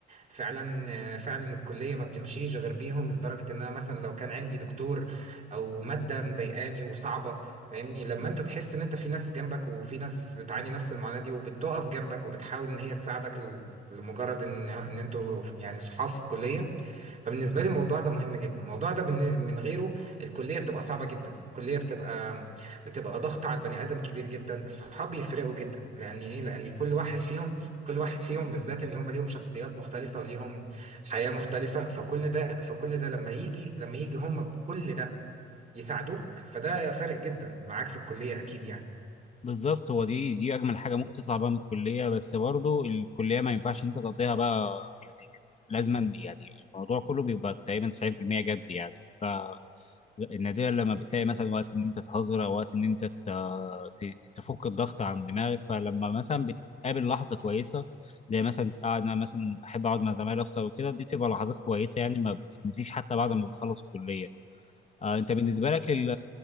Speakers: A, on the right; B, on the left.
A: فعلا فعلا الكليه ما بتمشيش غير بيهم لدرجه ان انا مثلا لو كان عندي دكتور او ماده مضايقاني وصعبه فاهمني لما انت تحس ان انت في ناس جنبك وفي ناس بتعاني نفس المعاناه دي وبتقف جنبك وبتحاول ان هي تساعدك ل- لمجرد ان ان انتوا يعني صحاب في الكليه فبالنسبه لي الموضوع ده مهم جدا الموضوع ده بالن- من غيره الكليه بتبقى صعبه جدا الكليه بتبقى بتبقى ضغط على البني ادم كبير جدا الصحاب بيفرقوا جدا لان ايه لان كل واحد فيهم كل واحد فيهم بالذات ان هم ليهم شخصيات مختلفه وليهم حياه مختلفه فكل ده فكل ده لما يجي لما يجي هم بكل ده يساعدوك فده فارق جدا معاك في الكليه اكيد يعني
B: بالظبط هو دي دي اجمل حاجه ممكن تطلع بقى من الكليه بس برضو الكليه ما ينفعش انت تقضيها بقى يعني لازما يعني الموضوع كله بيبقى تقريبا 90% جد يعني ف النادرا لما بتلاقي مثلا وقت ان انت تهزر او وقت ان انت ت- تفك الضغط عن دماغك فلما مثلا بتقابل لحظه كويسه زي مثلا آه، انا مثلا احب اقعد مع زمايلي افطر وكده دي بتبقى لحظات كويسه يعني ما بتتنسيش حتى بعد ما بتخلص الكليه آه، انت بالنسبه لك ال-